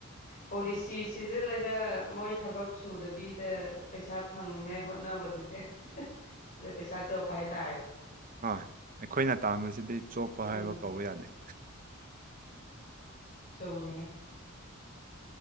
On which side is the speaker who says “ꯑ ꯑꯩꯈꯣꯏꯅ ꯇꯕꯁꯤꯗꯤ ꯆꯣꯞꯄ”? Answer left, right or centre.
Right